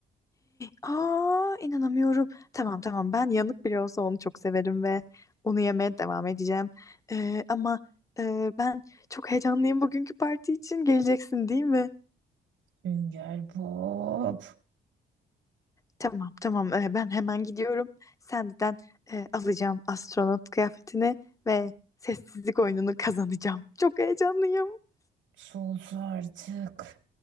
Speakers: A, on the left; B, on the right.
A: Aa, inanamıyorum. Tamam tamam ben yanık bile olsa onu çok severim ve onu yemeye devam edeceğim. Ee, ama e, ben çok heyecanlıyım bugünkü parti için. Geleceksin değil mi?
B: Sünger Bob,
A: Tamam tamam Ee, ben hemen gidiyorum. Senden e, alacağım astronot kıyafetini ve sessizlik oyununu kazanacağım. Çok heyecanlıyım.
B: sus artık.